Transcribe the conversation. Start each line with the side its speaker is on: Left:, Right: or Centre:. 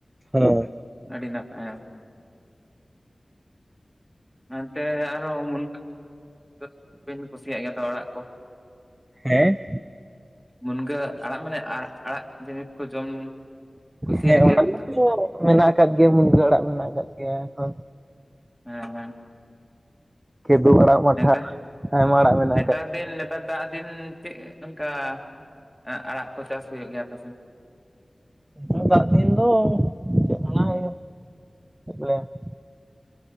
Right: ᱦᱮᱸ
Centre: ᱟᱹᱰᱤ ᱱᱟᱯᱟᱭ <inaudible> ᱚᱱᱛᱮ ᱟᱨ ᱦᱚᱸ ᱢᱩᱱᱜᱟᱹ ᱫᱚ ᱵᱤᱱ ᱠᱩᱥᱤᱭᱟᱜ ᱜᱮᱭᱟ ᱛᱚ ᱟᱲᱟᱜ? ᱠᱚ
Right: ᱦᱮᱸ
Centre: ᱢᱩᱱᱜᱟᱹ ᱟᱲᱟᱜ ᱢᱟᱱᱮ ᱟᱲ ᱟᱲᱟᱜ ᱡᱤᱱᱤᱥ ᱠᱚ ᱡᱚᱢ, ᱠᱩᱥᱤᱭᱟᱜ
Right: ᱦᱮᱸ
Centre: ᱜᱮᱭᱟᱵᱤᱱ
Right: ᱚᱱᱟ ᱢᱟᱛᱚ
Centre: ᱛᱚ
Right: ᱢᱮᱱᱟᱜ ᱟᱠᱟᱫ ᱜᱮᱭᱟ ᱢᱩᱱᱜᱟᱹ ᱟᱲᱟᱜ ᱢᱮᱱᱟᱜ ᱟᱠᱟᱫ ᱜᱮᱭᱟ ᱮᱠᱷᱚᱱ,
Centre: ᱦᱮᱸ ᱦᱮᱸ,
Right: ᱠᱮᱫᱳᱵ ᱟᱲᱟᱜ ᱢᱟᱴᱷᱟ
Centre: ᱱᱮᱛᱟ
Right: ᱟᱭᱢᱟ ᱟᱲᱟᱜ ᱢᱮᱱᱟᱜ
Centre: ᱱᱮᱛᱟᱨ
Right: ᱟᱠᱟᱫ
Centre: ᱫᱤᱱ ᱱᱮᱛᱟᱨ ᱫᱟᱜ ᱫᱤᱱ ᱪᱮᱫ ᱚᱱᱠᱟ ᱮ ᱟᱲᱟᱜ ᱠᱚ ᱪᱟᱥ ᱦᱩᱭᱩᱜ ᱜᱮᱭᱟ ᱟᱯᱮ ᱥᱮᱫ,
Right: ᱱᱮᱛᱟᱨ ᱫᱟᱜ ᱫᱤᱱ ᱫᱚ ᱪᱮᱫ ᱚᱱᱟ ᱜᱮ ᱞᱮ, <unintelligible>